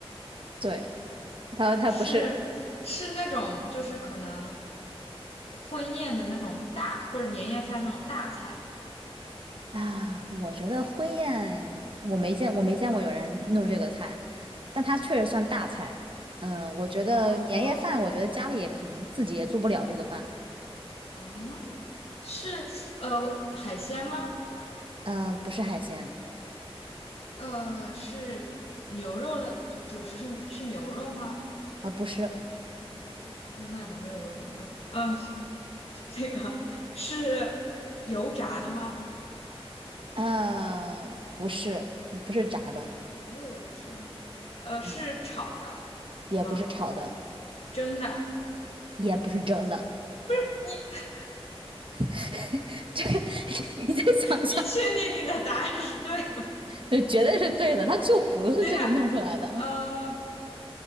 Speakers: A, on the right; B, on the left.
A: 对，他说他不是
B: 是是那种就是可能婚宴的那种大或者年夜饭那种大菜吗？
A: 啊。我觉得婚宴我没见，我没见过有人弄这个菜，但它确实算大菜。嗯、我觉得年夜饭，
B: 哦，
A: 我觉得家里也可能自己也做不了这个饭。
B: 啊，是呃海鲜吗？
A: 呃，不是海鲜，
B: 呃，是牛肉类，主食是是牛肉吗？
A: 啊、不是，
B: 我感觉中餐里好像没有牛肉。嗯，<laughs> 那个是油炸的吗？
A: 呃，不是，不是炸的，
B: 哎呦我的天呐，呃，
A: 嗯，
B: 是炒的
A: 也不是炒的，
B: 吗？蒸的？
A: 也不是蒸的。
B: 你
A: <laughs> 这个 <laughs>，你再想想，
B: 你确定你的答案是对的吗？
A: 呃绝对是对的，它就不是这个弄出来的。
B: <laughs> 等一下，呃，